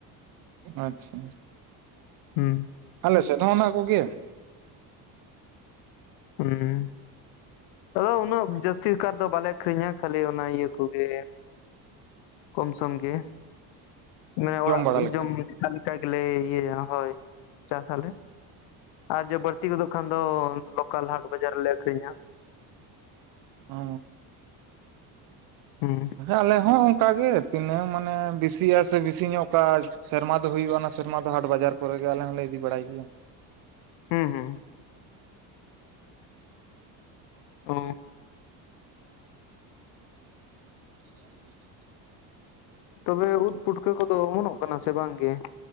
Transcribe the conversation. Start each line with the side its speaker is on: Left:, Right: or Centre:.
Right: ᱟᱪᱪᱷᱟᱻ᱾
Left: ᱦᱮᱸᱻ᱾
Right: ᱟᱞᱮ ᱥᱮᱫ ᱦᱚᱸ ᱚᱱᱟ ᱠᱚᱜᱮ ᱾
Left: ᱦᱮᱸᱻ᱾ ᱟᱫᱚ ᱩᱱᱟᱹᱜ ᱡᱟᱹᱥᱛᱤ ᱠᱟᱨ ᱫᱚ ᱵᱟᱞᱮ ᱟᱠᱷᱨᱤᱧᱟ ᱠᱷᱟᱹᱞᱤ ᱚᱱᱟ ᱤᱭᱟᱹ ᱠᱚᱜᱮ᱾ ᱠᱚᱢᱥᱚᱢ ᱜᱮ ᱢᱟᱱᱮ ᱚᱲᱟᱜ
Right: ᱵᱟᱲᱟ ᱞᱮᱠᱟ
Left: ᱡᱚᱢ ᱟᱨ ᱞᱮᱠᱟ ᱜᱮᱞᱮ ᱤᱭᱟᱹ ᱦᱳᱭ ᱪᱟᱥᱞᱮ ᱟᱨ ᱡᱟ ᱵᱟᱲᱛᱤ ᱵᱟᱲᱛᱤ ᱜᱚᱫᱚᱜ ᱠᱷᱟᱱ ᱫᱚ ᱞᱚᱠᱟᱞ ᱦᱟᱴ ᱵᱟᱡᱟᱨ ᱨᱮᱞᱮ ᱟᱠᱷᱨᱤᱧᱟ
Right: ᱚ
Left: ᱦᱩᱸ
Right: ᱟᱞᱮ ᱦᱚᱸ ᱚᱱᱠᱟᱜ ᱜᱮ ᱛᱤᱱᱟᱹᱜ ᱢᱟᱱᱮ ᱵᱮᱥᱤᱜᱼᱟ ᱥᱮ ᱵᱤᱥᱤ ᱧᱚᱜ ᱠᱟᱜ ᱥᱮᱨᱢᱟ ᱫᱚ ᱦᱩᱭᱩᱜᱼᱟ ᱥᱮᱨᱢᱟ ᱫᱚ ᱦᱟᱴ ᱵᱟᱡᱟᱨ ᱠᱚᱨᱮᱜᱮ ᱟᱞᱮ ᱦᱚᱸᱞᱮ ᱤᱫᱤ ᱵᱟᱲᱟᱭ ᱜᱮᱭᱟ
Left: ᱦᱩᱸ ᱦᱩᱸ ᱚ
Right: ᱦ <unintelligible>
Left: ᱛᱚᱵᱮ ᱩᱫ ᱯᱩᱴᱠᱟᱹ ᱠᱚᱫᱚ ᱚᱢᱚᱱᱚᱜ ᱠᱟᱱᱟ ᱥᱮ ᱵᱟᱝ ᱜᱮ